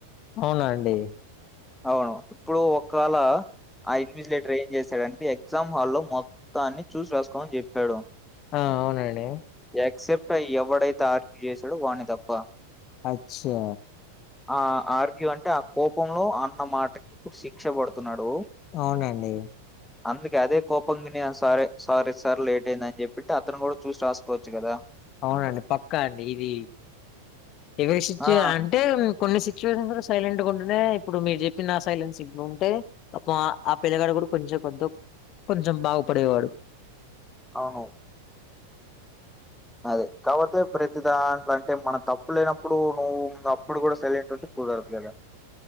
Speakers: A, on the left; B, in the centre.
A: అవునా అండి
B: అవును ఇప్పుడు ఒకాల ఆ ఇన్విజిలేటర్ ట్రైన్ చేశాడుంటే ఎగ్జామ్ హాలో మొత్తాన్ని చూసి రాసుకోమని చెప్పాడు
A: ఆ అవునండి
B: యాక్సెప్ట్ ఎవడైతే ఆర్గ్యూ చేశాడో వాణ్ణి తప్ప
A: అచ్చా
B: ఆ ఆర్గ్యూఅంటే ఆ కోపంలో అన్న మాటకి ఇప్పుడు శిక్ష పడుతున్నాడు
A: అవునండి
B: అందుకే అదే కోపం విని సారే సారీ సార్ లేట్ అయింది అని చెప్పింటె అతను కూడా చూసి రాసుకోవచ్చు కదా
A: అవునండి పక్కా అండి ఇది ఎవరి సిచ్చ
B: ఆ
A: అంటే కొన్ని సిచ్యువేషన్స్ లో సైలెంట్గా ఉంటునె ఇప్పుడు మీరు చెప్పిన నా సైలెన్స్ ఇప్పుడు ఉంటే అబ్బా ఆ పిల్లగాడు కూడా కొంచెం కొద్దొ కొంచెం బాగుపడేవాడు
B: అవును అదే కాకపోతే ప్రతి దాంట్లో అంటే మనం తప్పు లేనప్పుడు నువ్వు అప్పుడు కూడా సైలెంట్ ఉంటే కుదరదు కదా